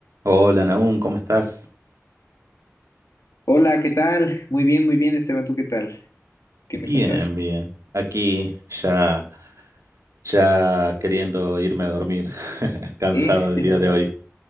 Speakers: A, on the right; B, on the left.
A: Hola, Nahum, ¿cómo estás?
B: Hola, ¿qué tal? Muy bien, muy bien, Esteban, ¿tú qué tal? ¿Qué
A: Bien,
B: me cuentas?
A: bien. Aquí ya, ya queriendo irme a dormir, <laughs> cansado
B: Sí.
A: el
B: <laughs>
A: día de hoy.